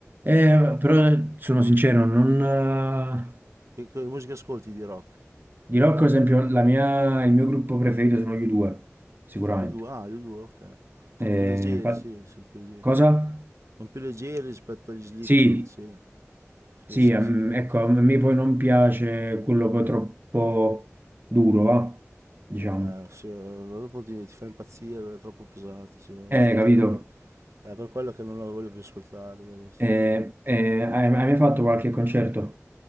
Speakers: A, on the right (about 45°); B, on the right (about 80°).
A: Eh, però eh, sono sincero, non, eh,
B: Che, che musica ascolti di rock?
A: di rock, ad esempio, la mia- il mio gruppo preferito sono gli U2, sicuramente.
B: Gli U due, ah, gli U due, ok. Sono
A: Eh,
B: più leggeri,
A: infa-
B: sì, sono più leggeri.
A: cosa?
B: Sono più leggeri rispetto agli Slipknot,
A: Sì,
B: sì. Sì,
A: sì,
B: sì,
A: ehm,
B: sì.
A: ecco, a me poi non piace quello poi troppo duro, va? Diciamo.
B: Eh, sì, eh, dopo ti, ti fa impazzire, è troppo pesante, sì. Infatti
A: Eh, capito?
B: io è per quello che non lo voglio più ascoltare io adesso.
A: Eh, eh, hai, hai mai fatto qualche concerto?